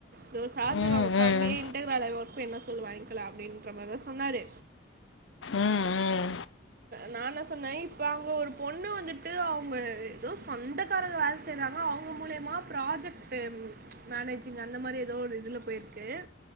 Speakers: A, on the right; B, on the left.
A: தோ சார்ஜால
B: ம்
A: அவுங்க தம்பியே
B: ம்
A: இன்டர் வேல வொர்க் வேனுன்னா சொல்லு வாங்க்கலா அப்டின்ற மாரிதா சொன்னாரு
B: ம் ம்
A: நா ன்னா சொன்னே இப்ப அங்க ஒரு பொண்ணு வந்துட்டு அவுங்க ஏதோ சொந்தக்காரங்க வேலை செய்றாங்க அவங்க மூலியமா ப்ராஜெக்ட்டு மேனேஜிங் அந்த மாரி ஏதோ ஒரு இதுல போயிருக்கு